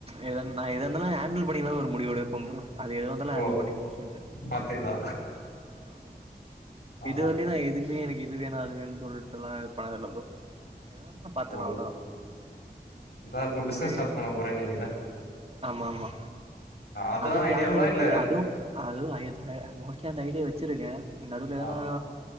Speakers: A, on the right; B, on the left.
A: எ நா எதா இருந்தாலு ஹேண்டில் பண்ணிக்லா ஒரு முடிவு எடுப் ப ப்ரோ அது எதுவா இருந்தாலு
B: ஓ
A: ஹேண்டல் பண்ணிக்கோம்னு சொல்லிட்டு
B: பாத்தீங்களா
A: அவ்ளோதா
B: ஆ
A: இது வரையுலு நா எதுவுமே எனக்கு இது வேணு அது வேணும்னு சொல்லிட்டுல்லா இது பழகல்ல ப்ரோ எதுவா இருந்தாலு பாத்துக்லா
B: ஓ
A: அவ்ளோதா
B: இதா இப்போ பிசினஸ்
A: ஒரே
B: ஸ்டார்ட்
A: இது
B: பண்ண போறேனீங்கள
A: ஆமா ஆமா
B: அதா
A: அதுவு
B: ஐடியாவா
A: பிளான் இருக்கு
B: இல்ல
A: அதுவு அதுவு <unintelligible> மோஸ்ட்லி அந்த ஐடியா வச்சிருக்கே நடுவுல எதுனா
B: ஆ